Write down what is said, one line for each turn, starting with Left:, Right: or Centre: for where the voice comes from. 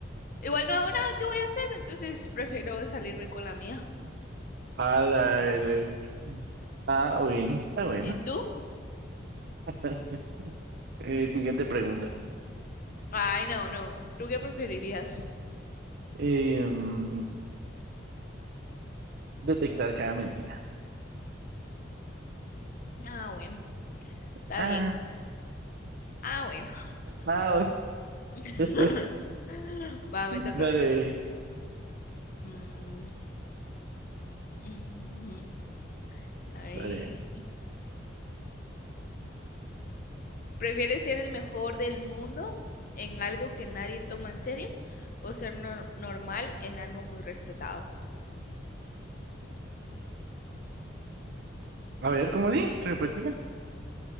Left: Igual no hago nada que voy a hacer, entonces prefiero salirme con la mía.
Right: A la era. Ah, bueno, está bueno.
Left: ¿Y tú?
Right: <laughs> Eh, siguiente pregunta.
Left: Ay, no, no. ¿Tú qué preferirías?
Right: Eh, mm, detectar cada mentira.
Left: Ah, bueno, está
Right: Ah,
Left: bien. Ah, bueno.
Right: ah,
Left: <laughs>
Right: <laughs>
Left: Va, me toca,
Right: dale,
Left: me toca. Mm, <laughs> a ver.
Right: dale.
Left: ¿Prefieres ser el mejor del mundo en algo que nadie toma en serio o ser nor- normal en algo muy respetado?
Right: A ver, ¿cómo di? ¿Repetirla?